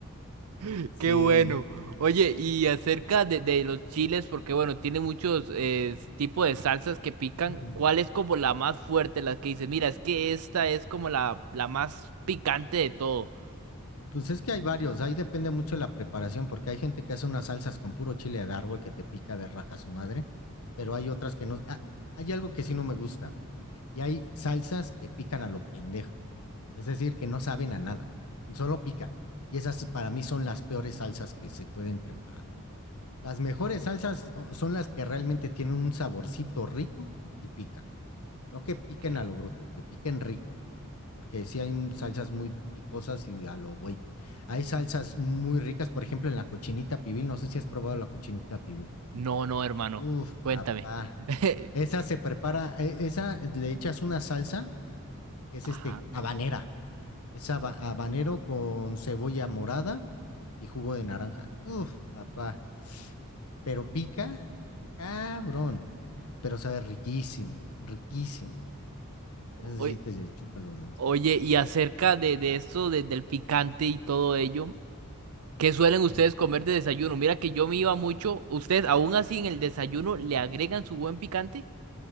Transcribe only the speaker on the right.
<laughs>
Qué bueno. Oye, y acerca de, de los chiles, porque bueno, tiene muchos eh, tipos de salsas que pican.
¿Cuál es como la más fuerte, la que dices, mira, es que esta es como la, la más picante de todo?
Ok.
No, no, hermano.
Cuéntame.
<laughs>
Ajá.
Oy-
Oye, y acerca de, de esto, de- del picante y todo ello. ¿Qué suelen ustedes
comer de desayuno? Mira que yo me iba mucho. ¿Ustedes aún así en el desayuno le agregan su buen picante?